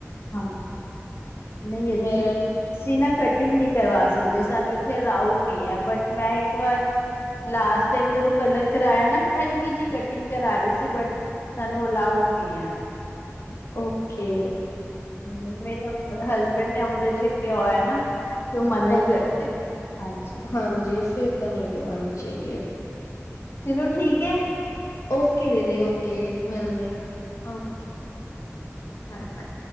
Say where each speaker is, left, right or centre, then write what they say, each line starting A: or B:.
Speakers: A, on the left (about 50°); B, on the left (about 80°).
A: ਹਾਂ, ਨਹੀਂ ਅੱਛੀ,
B: ਮੇਰੇ
A: ਅਸੀ ਸੀ ਨਾ ਕਟਿੰਗ ਨਹੀਂ ਕਰਵਾ ਦੇ ਸਾਨੂੰ ਇੱਥੇ ਅਲਾਊਡ ਨਹੀਂ ਐ ਬਟ ਮੈਂ ਇੱਕ ਵਾਰ ਲਾਸਟ ਟਾਈਮ ਜਦੋਂ ਕਲਰ ਕਰਾਇਆ ਨਾ ਹਲਕੀ ਜਿਹੀ ਕਟਿੰਗ ਕਰਾ ਲਈ ਸੀ ਬਟ ਸਾਨੂੰ ਅਲਾਊਡ ਨੀ ਐ।
B: ਓਕੇ।
A: ਹੂੰ, ਮੇਰੇ ਅ ਹਸਬੈਂਡ ਨੇ ਅੰਮ੍ਰਿਤ ਛੱਕਿਆ ਹੋਇਆ ਨਾ। ਤੇ ਉਹ ਮਨਾ ਹੀ
B: ਓਕੇ
A: ਕਰਦੇ ਹਾਂਜੀ।
B: ਹਾਂਜੀ ਫਿਰ ਤਾਂ ਨਹੀਂ ਕਰਵਾਨੀ ਚਾਹੀਏ।
A: ਚਲੋ ਠੀਕ ਐ।
B: ਓਕੇ ਦੀਦੀ ਓਕੇ ਮਿਲਦੇ ਆ ਓਕੇ। Bye bye.